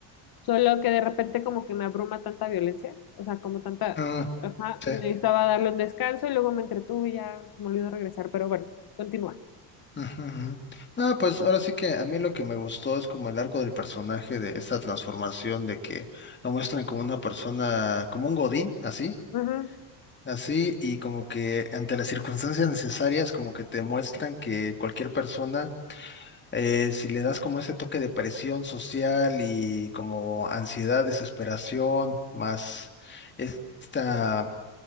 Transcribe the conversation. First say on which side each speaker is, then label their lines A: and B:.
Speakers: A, on the left; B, on the left.
A: Solo que de repente como que me abruma tanta violencia. O sea, como tanta...
B: mm,
A: Ajá,
B: sí,
A: y necesitaba darle un descanso y luego me entretuve y ya se me olvidó regresar. Pero bueno, continúa.
B: ujú, ujú. Ah, pues ahora sí que a mí lo que me gustó es como el arco del personaje de esta transformación de que lo muestran como una persona, como un godín, así,
A: Ujú,
B: Así, y como que ante las circunstancias necesarias, como que te muestran que cualquier persona, eh, si le das como ese toque de presión social y como ansiedad, desesperación, más esta